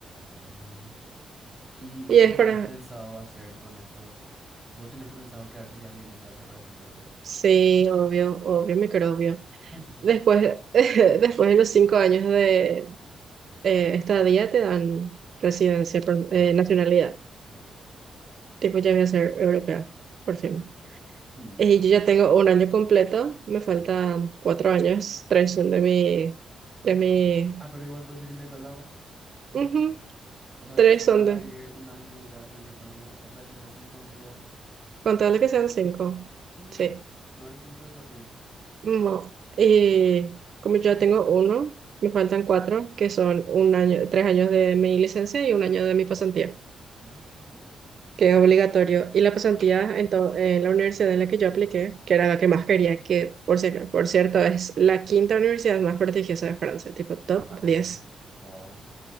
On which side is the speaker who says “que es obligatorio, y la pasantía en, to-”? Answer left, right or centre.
Right